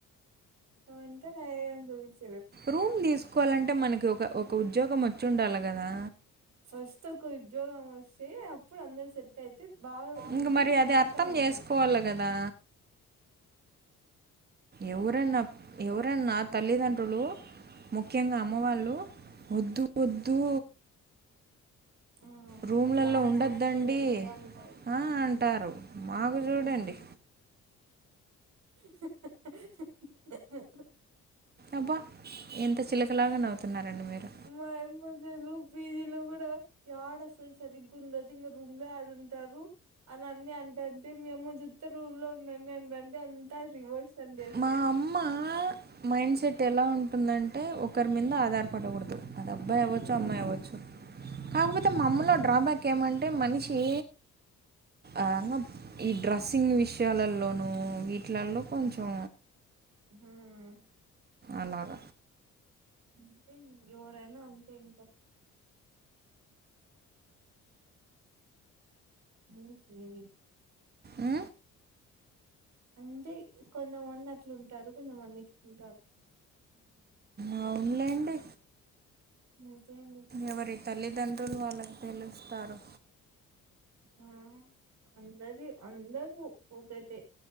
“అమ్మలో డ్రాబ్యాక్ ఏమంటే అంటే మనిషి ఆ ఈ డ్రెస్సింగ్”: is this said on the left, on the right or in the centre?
Right